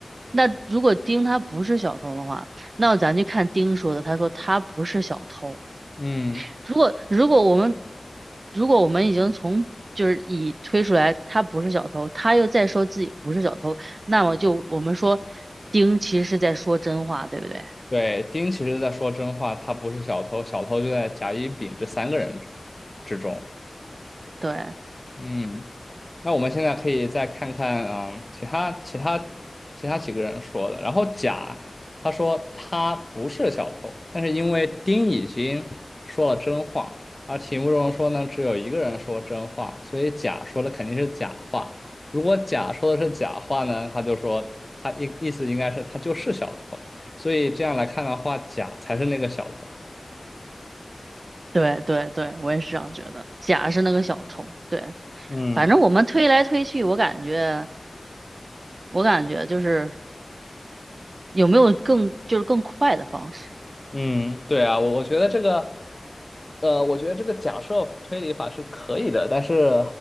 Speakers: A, on the right (about 80°); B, on the left (about 25°).
A: 那如果丁他不是小偷的话，那咱就看丁说的，他说他不是小偷。
B: 嗯，
A: 如果如果我们如果我们已经从就是已推出来他不是小偷，他又再说自己不是小偷，那么就我们说丁其实是在说真话，对不对？
B: 对，丁其实在说真话，他不是小偷，小偷就在甲、乙、丙这三个人之之中。
A: 对
B: 嗯。那我们现在可以再看看，嗯，其他其他其他几个人说的。然后甲他说他不是小偷，但是因为丁已经说了真话，而题目中说呢只有一个人说真话，所以甲说的肯定是假话。如果甲说的是假话呢，他就说他意意思应该是他就是小偷，所以这样来看的话，甲才是那个小偷。
A: 对对对，我也是这样觉得。甲是那个小偷，对，
B: 嗯。
A: 反正我们推来推去，我感觉我感觉就是有没有更就是更快的方式。
B: 嗯，对啊，我我觉得这个，呃，我觉得这个假设推理法是可以的，但是，